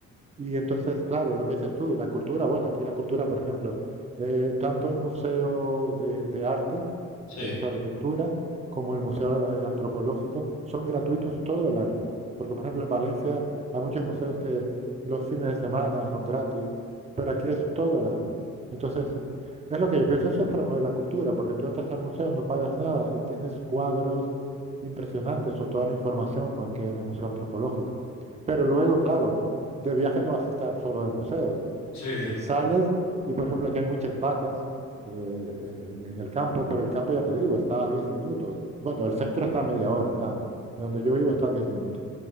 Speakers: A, on the right; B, on the left.
A: y entonces, claro, lo que dices tú, la cultura, bueno, aquí la cultura, por ejemplo, eh, tanto el Museo de, de Arte,
B: sí,
A: de, o sea, de pintura, como el Museo eh, Antropológico, son gratuitos todo el año. Porque, por ejemplo, en Valencia hay muchos museos que los fines de semana son gratis, pero aquí es todo el año. Entonces, es lo que yo pienso, eso es promover la cultura, porque tú entras al museo, no pagas nada y tienes cuadros impresionantes o toda la información con- que hay en el Museo Antropológico. Pero luego, claro, de viaje no vas a estar solo de museos.
B: sí,
A: Eh,
B: sí.
A: sales y, por ejemplo, aquí hay muchas vacas eh, en, en el campo, pero el campo, ya te digo, está a 10 minutos. Bueno, el centro está a media hora andando. De donde yo vivo está a 10 minutos.